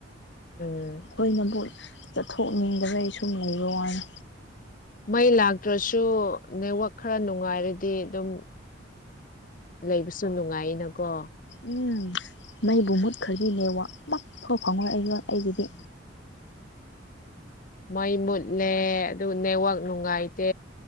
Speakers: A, on the left; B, on the left.
A: ꯎꯝ
B: ꯑꯩꯈꯣꯏꯅꯕꯨ ꯆꯠꯊꯣꯛꯅꯤꯡꯗꯕꯩ ꯁꯨꯝ ꯂꯩꯔꯣ ꯋꯥꯅꯤ
A: ꯃꯩ ꯂꯥꯛꯇ꯭ꯔꯁꯨ ꯅꯦꯠꯋꯛ ꯈꯔ ꯅꯨꯡꯉꯥꯏꯔꯗꯤ ꯑꯗꯨꯝ ꯂꯩꯕꯁꯨ ꯅꯨꯡꯉꯥꯏꯅꯀꯣ
B: ꯎꯝ ꯃꯩꯕꯨ ꯃꯨꯠꯈ꯭ꯔꯒꯤꯅꯦ ꯋꯥ ꯃꯛꯐꯕ ꯐꯪꯉ ꯑꯩꯉꯣꯟ ꯑꯩꯒꯤꯗꯤ
A: ꯃꯩ ꯃꯨꯠꯂꯦ ꯑꯗꯨꯒ ꯅꯦꯠꯋꯥꯛ ꯅꯨꯡꯉꯥꯏꯇꯦ